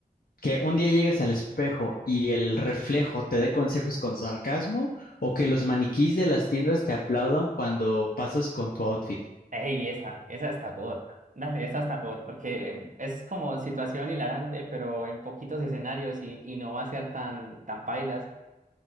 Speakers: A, on the left; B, on the right.
A: ¿Que un día llegues al espejo y el reflejo te dé consejos con sarcasmo? ¿O que los maniquís de las tiendas te aplaudan cuando pasas con tu outfit?
B: Ey, esa, esa está God. Dale, esa está God, porque es como situación hilarante, pero en poquitos escenarios y, y no va a ser tan, tan pailas.